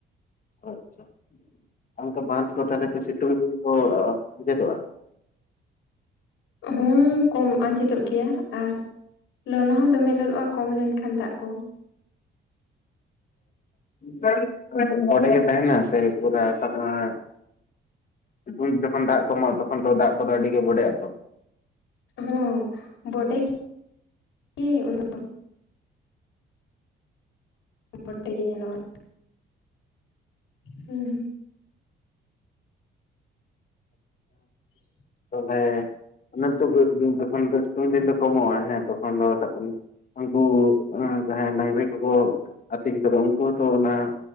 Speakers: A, on the left (about 45°); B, on the left (about 85°).
A: ᱟᱪᱪᱷᱟ ᱚᱝᱠᱟ ᱵᱟᱸᱫᱷ ᱠᱚ ᱛᱟᱞᱦᱮ ᱫᱚ ᱥᱤᱛᱩᱝ ᱫᱤᱱ ᱫᱚ ᱟᱸᱡᱮᱫᱚᱜᱼᱟ ᱾
B: ᱦᱩᱸᱻ ᱠᱚᱸ ᱟᱸᱡᱮᱫᱚᱜ ᱜᱮᱭᱟ ᱟᱨᱼᱼ ᱞᱚᱞᱚ ᱦᱚᱸ ᱫᱚᱢᱮ ᱞᱚᱞᱚᱜᱼᱟ ᱠᱚᱢ ᱞᱮᱱᱠᱷᱟᱱ ᱫᱟᱜ ᱠᱚ ᱾
A: ᱦᱳᱭ ᱾ <unintelligible> ᱵᱚᱰᱮ ᱜᱮ ᱛᱟᱦᱮᱱᱟ ᱥᱮ ᱯᱩᱨᱟ ᱥᱟᱯᱟᱸᱻ ᱥᱤᱛᱩᱝ ᱡᱚᱠᱷᱚᱱ ᱫᱟᱜ ᱠᱚᱢᱚᱜᱼᱟ ᱛᱚᱠᱷᱚᱱ ᱛᱚ ᱫᱟᱜ ᱠᱚᱫᱚ ᱟᱹᱰᱤ ᱜᱮ ᱵᱚᱰᱮᱜ ᱟᱛᱚ ᱾
B: ᱦᱚᱸᱻ ᱵᱚᱰᱮ <inaudible> ᱜᱮ <unintelligible> ᱼᱼ ᱵᱚᱰᱮ ᱜᱮ ᱧᱮᱞᱚᱜᱼᱟ, ᱦᱩᱸᱼᱼ <inaudible>
A: ᱛᱚᱞᱦᱮᱻ <unintelligible> ᱥᱤᱛᱩᱝ ᱫᱤᱱ ᱫᱚ ᱠᱚᱢᱚᱜᱼᱟ ᱦᱮᱸ ᱛᱚᱠᱷᱚᱱ ᱫᱚ <unintelligible> ᱩᱱᱠᱩ ᱡᱟᱦᱟᱸᱭ ᱰᱟᱝᱨᱤ ᱠᱚᱠᱚ ᱟᱛᱤᱧ ᱠᱚᱫᱚ ᱩᱱᱠᱩ ᱦᱚᱸᱛᱚ ᱚᱱᱟᱼᱼ